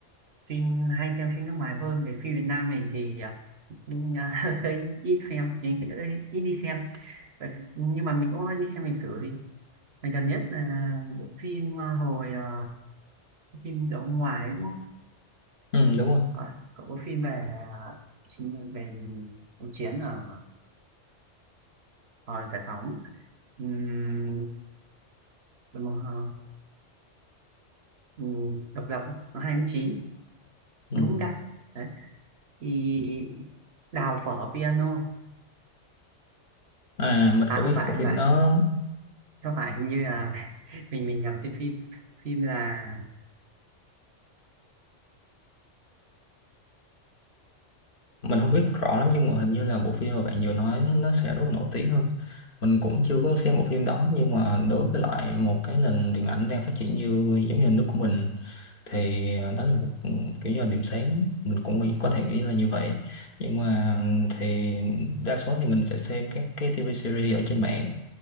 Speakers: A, on the right (about 60°); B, on the left (about 50°).
A: phim hay xem phim nước ngoài hơn về phim Việt Nam mình thì à, nhưng, à, <laughs> hơi ít xem ít, ít đi xem Vậy- nhưng mà mình cũng đi xem lịch sử vì mình gần nhất là bộ phim à, hồi à, phim đó ngoài đúng không
B: Ừ, đúng rồi
A: à, cậu có phim về phim về cuộc chiến ở, ở giải phóng ừm, đúng không? Ờ, ừm, độc lập nó hai tháng chín
B: ừ.
A: đúng không ta đấy thì đào phở piano
B: à mình
A: à
B: có biết
A: không phải
B: của
A: không
B: phim
A: phải
B: đó
A: không phải hình như là <laughs> mình mình nhầm tên phim phim là
B: mình không biết rõ lắm nhưng mà hình như là bộ phim mà bạn vừa nói nó sẽ rất là nổi tiếng hơn mình cũng chưa có xem bộ phim đó nhưng mà đối với lại một cái nền điện ảnh đang phát triển như giống như nước của mình thì đó là một ừ, kiểu như là điểm sáng mình cũng nghĩ- có thể nghĩ là như vậy nhưng mà thì đa số thì mình sẽ xem các cái TV series ở trên mạng